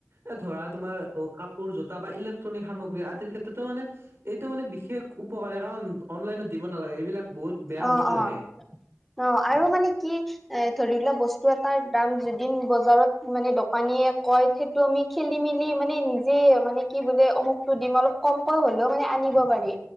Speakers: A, on the right; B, in the centre.
A: এ ধৰা তোমাৰ অ কা সৌ জোতা বা ইলেক্ট্ৰনিক সামগ্ৰী আদিৰ ক্ষেত্ৰতো মানে। এইটো মানে বিশেষ উপকাৰে কাৰণ অনলাইনত দিব নালাগে। এইবিলাক বহুত বেয়া
B: অঁ
A: বস্তু
B: অঁ
A: আহে
B: অঁ। আৰু মানে কি, এ ধৰি লোৱা বস্তু এটাৰ দাম য এদিন বজাৰত মানে দোকানীয়ে কয়। সেইটো আমি খেলি মেলি মানে নিজে মানে কি বোলে অমুক অলপ কমকৈ হলেও মানে আনিব পাৰি।